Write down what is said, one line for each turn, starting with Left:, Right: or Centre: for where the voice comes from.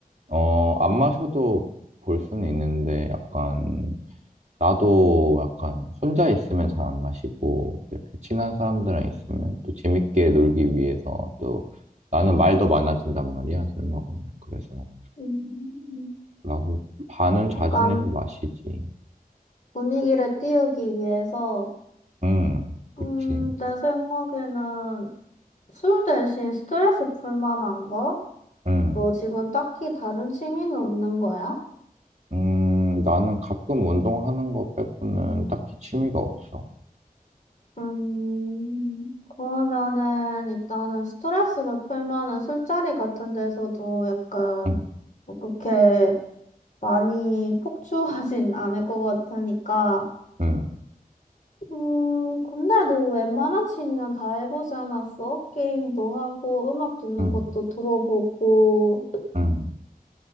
Right: 어, 안 마셔도 볼 수는 있는데, 약간, 나도 약간 혼자 있으면 잘 안 마시고, 이렇게 친한 사람들이랑 있으면 또 재밌게 놀기 위해서 또 나는 말도 많아진단 말이야, 술 먹으면. 그래서
Left: 음,
Right: 나도 반은 자진해서
Left: 약간
Right: 마시지.
Left: 분위기를 띄우기 위해서,
Right: 응, 그치.
Left: 음, 내 생각에는 술 대신 스트레스 풀 만한 거?
Right: 응.
Left: 너 지금 딱히 다른 취미는 없는 거야?
Right: 음, 나는 가끔 운동하는 거 빼고는 딱히 취미가 없어.
Left: 음, 그러면은 일단은 스트레스를 풀면은 술자리 같은 데서도 약간
Right: 응,
Left: 뭐 그렇게 많이 폭주하진 <laughs> 않을 것 같으니까.
Right: 응,
Left: 음, 근데 너 웬만한 취미는 다 해보지 않았어? 게임도 하고 음악 듣는
Right: 응,
Left: 것도 들어보고.
Right: 응.